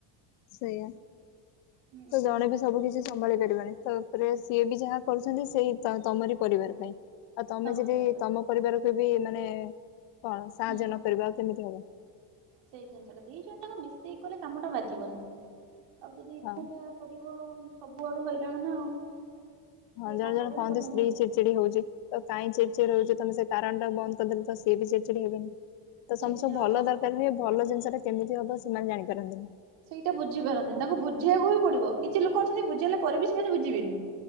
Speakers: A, on the left; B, on the right.
A: ସେଇଆ ତ
B: ହୁଁ।
A: ଜଣେ ବି ସବୁ କିଛି ସମ୍ଭାଳି ପାରିବନି ତାପରେ ସିଏ ବି ଯାହା କରୁଛନ୍ତି ସେଇ ତମରି ପରିବାର ପାଇଁ। ଆଉ ତମେ
B: ତମରି
A: ଯଦି
B: ପରିବାର
A: ତମ ପରିବାରକୁ ବି ମାନେ କଣ ସାହାଯ୍ୟ
B: ହୁଁ
A: ନକରିବ ଆଉ କେମିତି ହବ।
B: ସେଇ ଜିନିଷଟା ଦି ଜଣ ଟାଙ୍କ ମିଶେଇ କଲେ କାମଟା ବାଧିବନି ଆଉ ଯଦିକୁଟିଆ।
A: ହଁ
B: କରିବ ସବୁଆଡୁ ହଇରାଣ ନା ଆଉ। ସିଏ
A: ହଁ ଜଣେ
B: କଣ
A: ଜଣେ
B: କରିବେ
A: କହନ୍ତି
B: ନା ତମେ
A: ସ୍ତ୍ରୀ
B: ହୁଁ
A: ଚିଡି ଚିଡି ହଉଛି ତ କାଇଁ ଚିଡି ଚିଡି ହଉଛି ତମେ କାରଣ ଟା ବନ୍ଦ କରିଦେଲେ ତ ସିଏ ବି ଚିଡି ଚିଡି ହେବେନି ତ
B: ଚିଡଚିଡି
A: ସମସ୍ତେ
B: ହବା
A: ଭଲ
B: ବନ୍ଦ
A: ଦରକାର
B: ହେଇଯିବେ।
A: ହୁଏ। ଭଲ ଜିନିଷ ଟା କେମିତି ହବ ସେମାନେ ଜାଣିପାରନ୍ତିନି।
B: ସେଇଟା ବୁଝିପାରନ୍ତି ତାଙ୍କୁ ବୁଝିବାକୁ ବି ପଡିବ କିଛି ଲୋକ ଅଛନ୍ତି ବୁଝେଇଲା ପରେ ବି ସେମାନେ ବୁଝିବେନି।